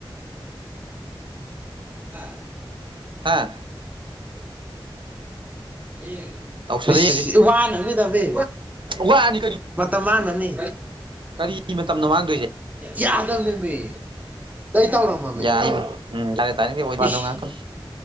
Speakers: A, on the right (about 15°); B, on the right (about 65°).
A: ꯍꯥ
B: ꯍꯥꯥ
A: ꯌꯦꯉꯛꯀꯦ
B: ꯇꯧꯁꯜꯂ
A: ꯏꯁ
B: ꯌꯦꯡꯁꯤ
A: ꯋꯥꯅꯝꯅꯤ ꯗꯕꯤ
B: ꯋꯥꯅꯤ
A: ꯃꯇꯝ ꯃꯥꯡꯅꯝꯅꯤ
B: ꯀꯔꯤꯒꯤ ꯃꯇꯝꯅꯣ ꯃꯥꯡꯗꯣꯏꯖꯦ
A: ꯌꯥꯗꯝꯅꯦ ꯃꯤ ꯑꯩ ꯇꯧꯔꯝꯃꯝꯃꯦ
B: ꯌꯥꯅꯤ ꯎꯝ ꯌꯥꯔꯦ ꯇꯥꯅꯤꯡꯗꯦ ꯋꯥꯗꯣ
A: <unintelligible>
B: ꯉꯥꯡꯉꯛꯀꯅꯨ